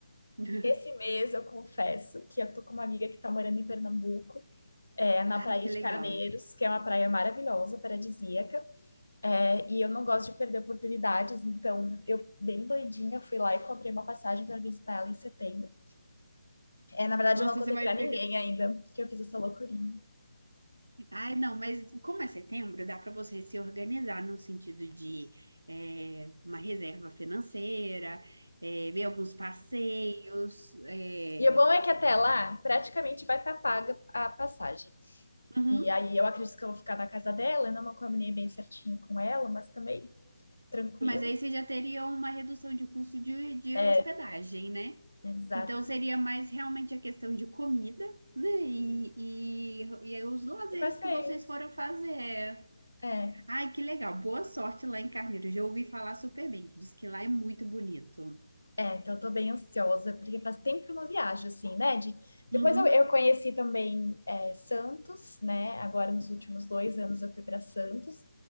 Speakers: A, on the right (about 70°); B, on the left (about 70°).
A: <laughs>
B: esse mês, eu confesso, que eu tô com uma amiga que tá morando em Pernambuco é, na
A: Ai,
B: Praia
A: que
B: de
A: legal.
B: Carneiros, que é uma praia maravilhosa, paradisíaca. É, e eu não gosto de perder oportunidades, então eu, bem doidinha, fui lá e comprei uma passagem para visitar ela em setembro. É, na verdade,
A: Nossa,
B: eu não contei
A: você vai
B: para ninguém
A: pegar.
B: ainda que eu fiz essa loucurinha.
A: Ai, não, mas como é setembro, dá para você se organizar no sentido de é, uma reserva financeira, é, ver alguns passeios. é,
B: E o bom é que até lá, praticamente vai estar paga a passagem.
A: <clears throat>
B: E aí eu acredito que eu vou ficar na casa dela, ainda não combinei bem certinho com ela, mas também tranquilo.
A: Mas aí você já teria uma redução de custo de, de
B: É,
A: hospedagem, né?
B: Exatamente.
A: Então seria mais realmente a questão de comida, né? E, e, e aí os lazeres
B: E passeios.
A: que vocês foram fazer.
B: É.
A: Ai, que legal. Boa sorte lá em Carneiro. Já ouvi falar super bem. Diz que lá é muito bonito.
B: É, então eu tô bem ansiosa, porque faz tempo que eu não viajo, assim, né? De- Depois
A: Uhum.
B: eu, eu conheci também é, Santos, né? Agora, nos últimos dois anos, eu fui para Santos,